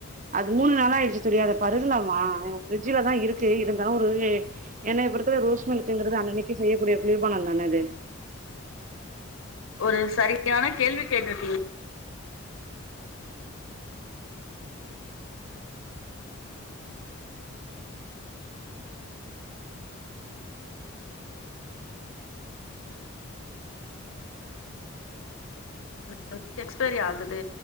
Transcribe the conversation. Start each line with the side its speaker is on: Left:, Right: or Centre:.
Right: அது மூணு நாள ஆயிடுச்சு தோழி அத பருகலாமா ஃபிரிடட்ஜ்லதா இருக்கு இருந்தாலு ஒரு ஏன்னா இப்ப இருக்கிற ரோஸ் மில்கங்கது அன்னைக்கு செய்யக்கூடிய குளிர்பானம் தான அது
Left: ஒரு சரியான கேள்வி கேட்டுருக்கீங் <inaudible> அது எக்ஸ்பைரி ஆகுது